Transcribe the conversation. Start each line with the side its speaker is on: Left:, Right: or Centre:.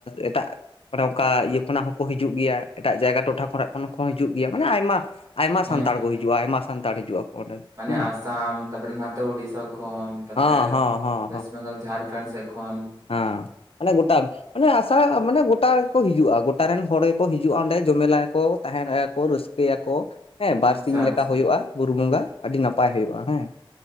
Left: ᱮᱴᱟᱜ ᱚᱱᱮ ᱚᱱᱠᱟ ᱤᱭᱟᱹ ᱠᱷᱚᱱᱟᱜ ᱦᱚᱸᱠᱚ ᱦᱤᱡᱩᱜ ᱜᱮᱭᱟ ᱮᱴᱟᱜ ᱡᱟᱭᱜᱟ ᱴᱚᱴᱷᱟ ᱠᱷᱚᱱᱟᱜ ᱠᱷᱚᱱ ᱦᱚᱸᱠᱚ ᱦᱤᱡᱩᱜ ᱜᱮᱭᱟ ᱢᱟᱱᱮ ᱟᱭᱢᱟ ᱟᱭᱢᱟ
Right: ᱦᱮᱸ
Left: ᱥᱟᱱᱛᱟᱲ ᱠᱚ
Right: ᱦᱮᱸ
Left: ᱦᱤᱡᱩᱜᱼᱟ ᱟᱭᱢᱟ ᱥᱟᱱᱛᱟᱲ ᱦᱤᱡᱩᱜᱼᱟ ᱚᱸᱰᱮ᱾
Right: ᱢᱟᱱᱮ
Left: ᱦᱩᱸ
Right: ᱟᱥᱟᱢ ᱛᱟᱯᱚᱨᱮ ᱱᱟᱛᱮ ᱳᱲᱤᱥᱟ ᱠᱷᱚᱱ ᱛᱟᱯᱚᱨᱮ
Left: ᱦᱚᱸ ᱦᱚᱸ ᱦᱚᱸ
Right: ᱚᱭᱮᱥᱴ ᱵᱮᱝᱜᱚᱞ ᱡᱷᱟᱨᱠᱷᱚᱸᱰ ᱥᱮᱜ ᱠᱷᱚᱱ
Left: ᱟᱹ ᱢᱟᱱᱮ ᱜᱚᱴᱟ ᱢᱟᱱᱮ ᱟᱥᱟ ᱢᱟᱱᱮ ᱜᱚᱴᱟ ᱜᱮᱠᱚ ᱦᱤᱡᱩᱜᱼᱟ ᱜᱚᱴᱟ ᱨᱮᱱ ᱦᱚᱲ ᱜᱮᱠᱚ ᱦᱤᱡᱩᱜᱼᱟ ᱚᱸᱰᱮ ᱡᱚᱢᱮᱞᱟᱭᱟᱠᱚ ᱛᱟᱦᱮᱱᱟᱭᱟ ᱠᱚ ᱨᱟᱹᱥᱠᱟᱹᱭᱟᱠᱚ᱾ ᱦᱮᱸ ᱵᱟᱨ
Right: ᱟᱪᱪᱷᱟ
Left: ᱥᱤᱧ
Right: ᱟᱪᱪᱷᱟ
Left: ᱞᱮᱠᱟ ᱦᱩᱭᱩᱜᱼᱟ ᱵᱩᱨᱩ ᱵᱚᱸᱜᱟ ᱟᱹᱰᱤ ᱱᱟᱯᱟᱭ ᱦᱩᱭᱩᱜᱼᱟ ᱦᱮᱸ᱾